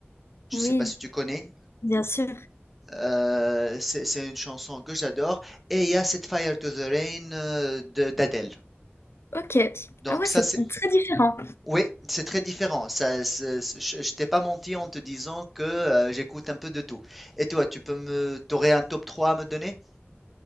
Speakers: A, in the centre; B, on the left.
A: Je
B: Oui,
A: sais pas si tu connais.
B: bien sûr.
A: Euh, c'est c'est une chanson que j'adore. Et il y a Set Fire to the Rain euh, de d'Adèle.
B: Ok.
A: Donc
B: Ah ouais,
A: ça,
B: c'est
A: c'est
B: très différent.
A: Oui, c'est très différent. Ça, c'est- c'est- je, je t'ai pas menti en te disant que euh, j'écoute un peu de tout. Et toi, tu peux me, t'aurais un top trois à me donner?